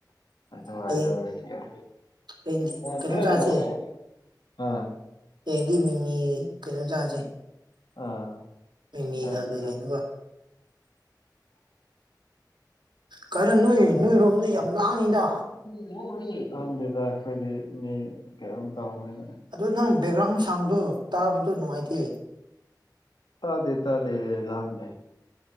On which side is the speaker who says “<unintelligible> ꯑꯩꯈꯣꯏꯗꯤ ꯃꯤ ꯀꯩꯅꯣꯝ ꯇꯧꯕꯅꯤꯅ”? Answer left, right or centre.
Left